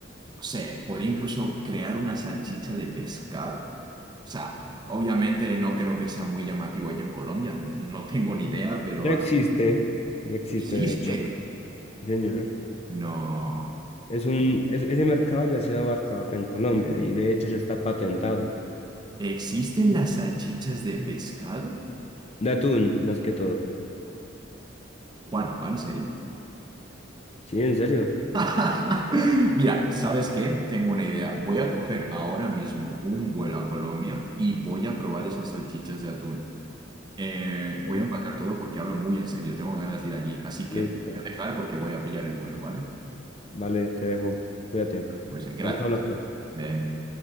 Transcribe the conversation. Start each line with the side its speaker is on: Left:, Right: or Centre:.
Right: no sé, podría incluso crear una salchicha de pescado. O sea, obviamente no creo que sea muy llamativo allá en Colombia, <laughs> no tengo ni idea, pero
Left: Ya existe, ya existe
Right: existe.
Left: de hecho, sí, señor.
Right: No.
Left: Es un, es- ese mercado ya ha sido abarcado acá en Colombia y de hecho ya está patentado.
Right: ¿Existen las salchichas de pescado?
Left: De atún, más que todo.
Right: Juan, ¿va en serio?
Left: Sí, en serio.
Right: <laughs> Mira, ¿sabes qué? Tengo una idea. Voy a coger ahora mismo un vuelo a Colombia y voy a probar esas salchichas de atún. Eh, voy
Left: Sí,
Right: a empacar todo porque hablo muy en serio. Tengo ganas de ir allí. Así
Left: Listo.
Right: que te voy a dejar porque voy a pillar el vuelo, ¿vale?
Left: Vale, te dejo. Cuídate.
Right: Pues eh, gracias.
Left: Estamos hablando.
Right: Venga.